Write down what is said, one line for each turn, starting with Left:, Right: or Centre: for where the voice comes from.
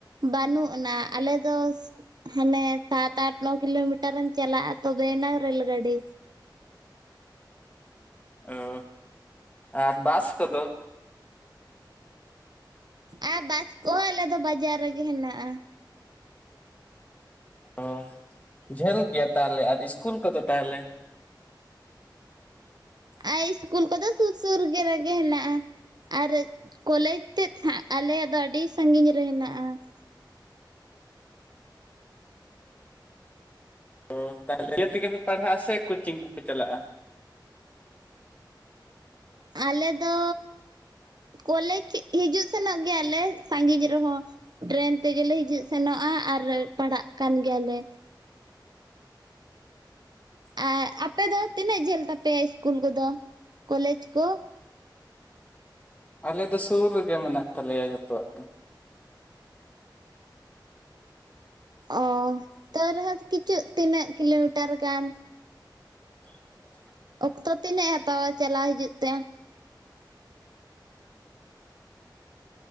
Right: ᱵᱟᱹᱱᱩᱜ ᱟᱱᱟ ᱟᱞᱮ ᱫᱚ ᱦᱟᱱᱮ ᱥᱟᱛ ᱟᱴ ᱱᱚ ᱠᱤᱞᱳᱢᱤᱴᱟᱨ ᱮᱢ ᱪᱟᱞᱟᱜ-ᱟ ᱛᱚᱵᱮᱭᱟᱱᱟ ᱨᱮᱞ ᱜᱟᱹᱰᱤ᱾
Left: ᱚ, ᱟᱨ ᱵᱟᱥ ᱠᱚᱫᱚ?
Right: ᱟᱨ ᱵᱟᱥ ᱠᱚᱦᱚ ᱟᱞᱮ ᱫᱚ ᱵᱟᱡᱟᱨ ᱨᱮᱜᱮ ᱦᱮᱱᱟᱜ-ᱟ᱾
Left: ᱚ ᱡᱷᱟᱹᱞ ᱜᱮᱭᱟ ᱛᱟᱦᱞᱮ ᱟᱨ ᱤᱥᱠᱩᱞ ᱠᱚᱫᱚ ᱛᱟᱦᱞᱮ?
Right: ᱟᱭ ᱤᱥᱠᱩᱞ ᱠᱚᱫᱚ ᱥᱩᱨ ᱥᱩᱨ ᱜᱮ ᱨᱮᱜᱮ ᱦᱮᱱᱟᱜ-ᱟ᱾ ᱟᱨ ᱠᱚᱞᱮᱡᱽ ᱛᱮᱫ ᱦᱟᱸᱜ ᱟᱞᱮᱭᱟᱜ ᱫᱚ ᱟᱹᱰᱤ ᱥᱟᱸᱜᱤᱧ ᱨᱮ ᱦᱮᱱᱟᱜ-ᱟ ᱾
Left: ᱚ <unintelligible> ᱛᱮᱜᱟ ᱯᱮ ᱯᱟᱲᱦᱟᱜ-ᱟ ᱥᱮ ᱠᱳᱪᱤᱝ ᱠᱚᱯᱮ ᱪᱟᱞᱟᱜ-ᱟ?
Right: ᱟᱞᱮ ᱫᱚ ᱠᱚᱞᱮᱡᱽ ᱦᱤᱡᱩᱜ ᱥᱮᱱᱚᱜ ᱜᱮᱭᱟᱞᱮ ᱥᱟᱺᱜᱤᱧ ᱨᱮᱦᱚᱸ᱾ ᱴᱨᱮᱹᱱ ᱛᱮᱜᱮᱞᱮ ᱦᱤᱡᱩᱜ ᱥᱮᱱᱚᱜ-ᱟ ᱟᱨ ᱯᱟᱲᱟᱜ ᱠᱟᱱ ᱜᱮᱭᱟᱞᱮ᱾ ᱟ ᱟᱯᱮ ᱫᱚ ᱛᱤᱱᱟᱹᱜ ᱡᱷᱟᱹᱞ ᱛᱟᱯᱮᱭᱟ ᱤᱥᱠᱩᱞ ᱠᱚᱫᱚ ᱠᱚᱞᱮᱡᱽ ᱠᱚ?
Left: ᱟᱞᱮ ᱫᱚ ᱥᱩᱨ ᱨᱮᱜᱮ ᱢᱮᱱᱟᱜ ᱛᱟᱞᱮᱭᱟ ᱡᱚᱛᱚᱣᱟᱜ ᱜᱮ ᱾
Right: ᱚ ᱛᱚᱹᱣ ᱨᱮᱦᱚᱸ ᱠᱤᱪᱩᱜ ᱛᱤᱱᱟᱹᱜ ᱠᱤᱞᱳᱢᱤᱴᱟᱨ ᱜᱟᱱ?
Left: <inaudible>
Right: ᱚᱠᱛᱚ ᱛᱤᱱᱟᱹᱜ ᱮ ᱦᱟᱛᱟᱣᱟ ᱪᱟᱞᱟᱣ ᱦᱤᱡᱩᱜ ᱛᱮ?
Left: <inaudible>